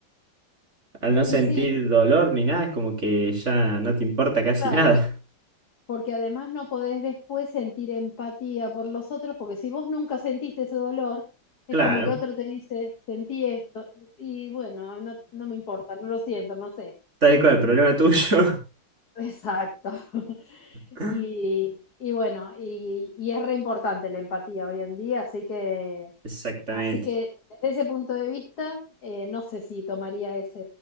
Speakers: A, on the right; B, on the left.
A: Al no
B: y
A: sentir
B: sí,
A: dolor ni nada, es como que ya no te importa casi
B: claro.
A: nada. <laughs>
B: porque además no podés después sentir empatía por los otros, porque si vos nunca sentiste ese dolor,
A: Claro,
B: es como que otro te dice, sentí esto, y bueno, no, no me importa, no lo siento, no sé.
A: tal cual, problema tuyo.
B: Exacto. <laughs>
A: <laughs>
B: Y, y bueno, y, y es re importante la empatía hoy en día, así que
A: Exactamente.
B: Así que desde ese punto de vista, eh, no sé si tomaría ese